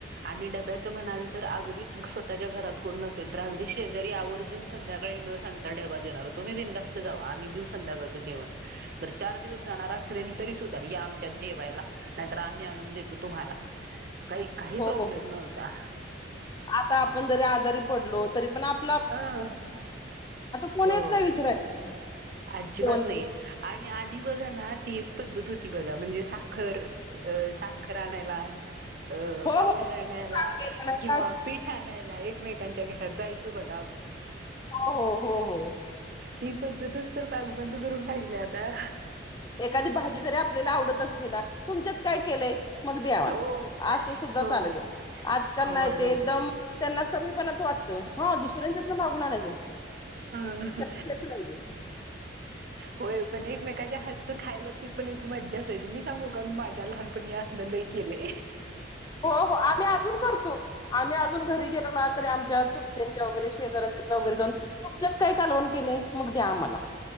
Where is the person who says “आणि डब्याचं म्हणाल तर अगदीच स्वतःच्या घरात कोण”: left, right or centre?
Right